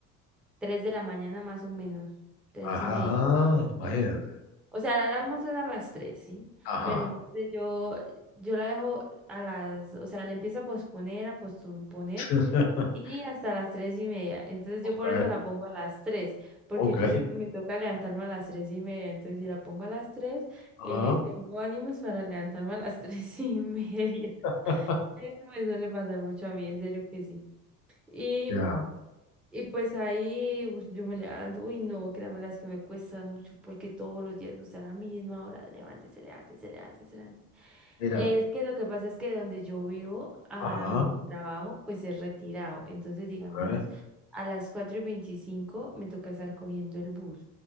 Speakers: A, in the centre; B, on the left.
A: tres de la mañana más o menos, tres
B: ajá,
A: y media.
B: imagínate,
A: O sea, la alarma suena a las tres ¿sí?
B: ajá,
A: Pero entonces yo, yo la dejo a las, o sea, la empiezo a posponer, a posponer
B: <laughs>
A: y hasta las tres y media. Entonces
B: ok,
A: yo por eso la pongo a las tres, porque
B: ok,
A: yo sé que me toca levantarme a las tres y media. Entonces si la pongo a las tres,
B: ajá.
A: eh, tengo ánimos para levantarme a las <laughs> tres y media.
B: <laughs>
A: Eso me suele pasar mucho a mí, en serio que sí. Y
B: Ya,
A: y pues ahí pues, yo me levanto, uy no, créanme las que me cuesta mucho porque todos los días o sea, a la misma hora, levántese, levántese, levántese, levántese.
B: mira,
A: Es que lo que pasa es que de donde yo vivo a
B: ajá,
A: donde trabajo, pues es retirado. Entonces, digamos,
B: ok,
A: a las 4 y 25 me toca estar cogiendo el bus.